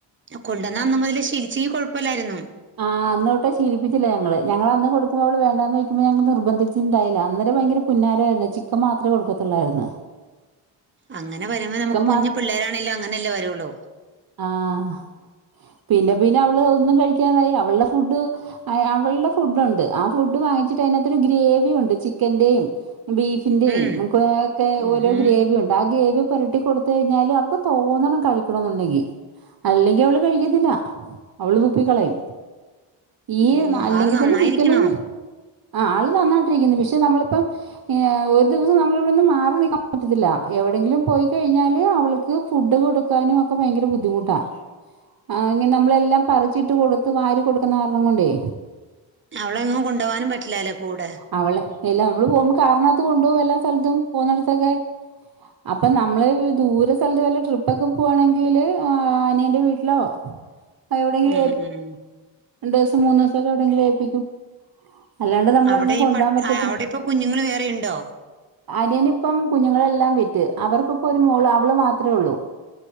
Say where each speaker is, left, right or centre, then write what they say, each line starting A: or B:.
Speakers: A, on the right; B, on the right.
A: കൊണ്ടുവന്ന അന്ന് മുതല് ശീലിച്ചങ്കി കൊഴപ്പല്ലായിരുന്നു
B: ആഹ് അന്ന് തൊട്ടെ ശീലിപ്പിച്ചില്ല ഞങ്ങള് ഞങ്ങളന്ന് കൊടുക്കുമ്പോ അവൾ വേണ്ടാന്ന് വെക്കുമ്പോ ഞങ്ങള് നിർബന്ധിച്ചിണ്ടായില്ല അന്നേരം ഭയങ്കര പുന്നാരായിരുന്നു ചിക്കൻ മാത്രേ കൊടുക്കൊത്തൊള്ളായിരുന്ന്
A: അങ്ങനെ വരുമ്പോ നമുക്ക്
B: മാ
A: കുഞ്ഞി പിള്ളേരാണേലും അങ്ങനെയല്ലേ വരുള്ളൂ
B: ആഹ് പിന്നെ പിന്നെ അവള് ഒന്നും കഴിക്കാതായി അവളുടെ ഫുഡ് അവളുടെ ഫുഡുണ്ട് ആ ഫുഡ് വാങ്ങിച്ചിട്ട് അതിനകത്തൊരു ഗ്രേവി ഉണ്ട് ചിക്കന്റെയും ബീഫ് ന്റെയും
A: ഉം
B: നമുക്ക് ഒക്കെ
A: ഉം
B: ഓരോ ഗ്രേവിയുണ്ട് ആ ഗ്രേവി പുരട്ടി കൊടുത്ത് കഴിഞ്ഞാലും അവക്ക് തോന്നണം കഴിക്കണംന്നുണ്ടെങ്കിൽ അല്ലെങ്കി അവള് കഴിക്കത്തില്ല അവള് തുപ്പിക്കളയും ഈ
A: ഓ
B: അല്ലെങ്കിൽ
A: ആള് നന്നായിരിക്കണോ
B: തന്നെ ചിക്കനും ആഹ് ആള് നന്നായിട്ടിരിക്കുന്നു പക്ഷെ നമ്മളിപ്പം ഏഹ് ഒരു ദിവസം നമ്മളിവിടുന്ന് മാറി നിൽക്കാൻ പറ്റത്തില്ല എവിടെങ്കിലും പോയി കഴിഞ്ഞാല് അവൾക് ക്ക്‌ ഫുഡ് കൊടുക്കാനും ഒക്കെ ഭയങ്കര ബുദ്ധിമുട്ടാ ആഹ് ഇങ്ങനെ നമ്മളെല്ലാം പറ ചിട്ട് കൊടുത്ത് വാരി കൊടുക്കുന്ന കാരണം കൊണ്ടേ
A: അവളങ്ങും കൊണ്ട് പോവാനും പറ്റില്ലല്ലേ കൂടെ
B: അവളെ എല്ലാം നമ്മള് പോകുമ്പോ കാറിനകത്ത് കൊണ്ട് പോകും എല്ലാ സ്ഥലത്തും പോന്നടത്തൊക്കെ അപ്പൊ നമ്മള് ദൂര സ്ഥലത്ത് വല്ല ട്രിപ്പൊക്കെ പോകാണെങ്കില് അനിയന്റെ വീട്ടിലോ എവിടെങ്കിലും
A: ഉം ഉം
B: രണ്ട് ദിവസം മൂന്ന് ദിവസൊക്കെ എവിടെങ്കിലും ഏപ്പിക്കും. അല്ലാണ്ട് നമ്മളെങ്ങും
A: അവിടെ
B: കൊണ്ടോവാൻ
A: ഈ പട്ട
B: പറ്റത്തില്ല.
A: ആ, അവിടെ ഇപ്പൊ കുഞ്ഞുങ്ങൾ വേറെ ഉണ്ടോ
B: അനിയനിപ്പം കുഞ്ഞുങ്ങളെല്ലാം വിറ്റ്. അവർക്കിപ്പൊ ഒരു മോള് അവള് മാത്രേ ഉള്ളൂ